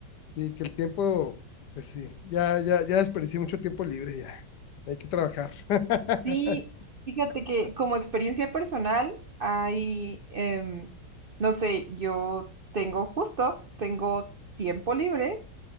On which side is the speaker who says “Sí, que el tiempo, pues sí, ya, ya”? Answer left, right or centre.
Left